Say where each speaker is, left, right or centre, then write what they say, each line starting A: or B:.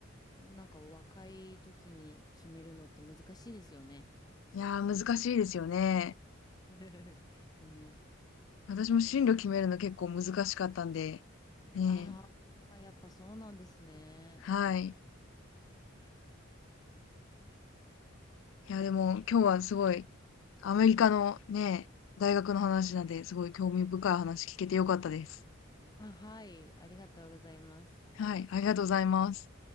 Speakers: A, on the left; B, on the left.
A: なんか若い時に決めるのって難しいですよね。
B: いやー、難しいですよね。
A: <laughs> ね。
B: 私も進路決めるの結構難しかったんで、ね
A: あーあ、やっぱそうなんですね。
B: え。はい。いや、でも今日はすごい、アメリカのね、大学の話なんで、すごい興味深い話聞けてよかったです。
A: あ、はい、ありがとうございます。
B: はい。ありがとうございます。